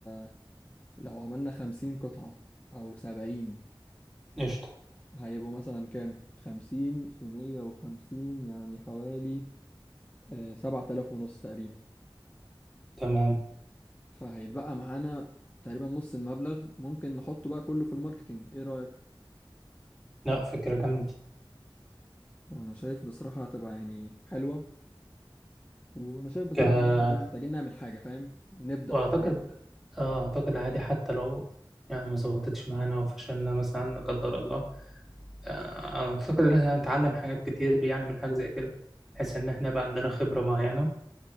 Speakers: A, on the left; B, in the centre.
A: آه، لو عملنا 50 قطعة او 70
B: قشطه
A: هيبقوا مثلا كام 50 في 150 يعني حوالي آه، سبعة آلاف ونص تقريبا
B: تمام
A: فهيتبقى معانا تقريبا نص المبلغ ممكن نحطه بقى كله في الماركتينج ايه رأيك؟
B: لا فكره جامده
A: انا شايف بصراحة هتبقى يعني حلوة وانا شايف بصراحة
B: آه،
A: ان احنا ايه محتاجين نعمل حاجة فاهم؟ نبدأ
B: واعتقد
A: في حاجة
B: اه اعتقد عادي حتى لو يعني ما ظبطتش معانا وفشلنا مثلا لا قدر الله آه، انا اعتقد ان احنا هنتعلم حاجات كتير يعني من حاجه زي كده بحيث ان احنا بقى عندنا خبره معينه